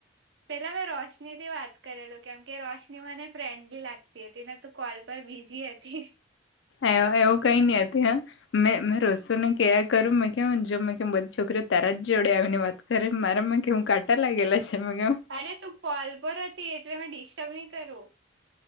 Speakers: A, on the right; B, on the left.
A: પેલા મેં રોશની થી વાત કરેલું કેમ કે રોશની મને ફ્રેન્ડલી લાગતી હતી ને. કોલ પર બીજી હતી.
B: એ એવું કઈ ન આતી હા મે મે રોસ્ને. કયા કરું મેં કે જો કે બધી છોકરીઓ તારા જ જોડે આવીને વાત કરે મારામાં કે હું કાટ. એ લાગેલા છે મગ.
A: અરે તું પલ પર હતી એટલે મેમે ડિસ્ટર્બ નહી કરું.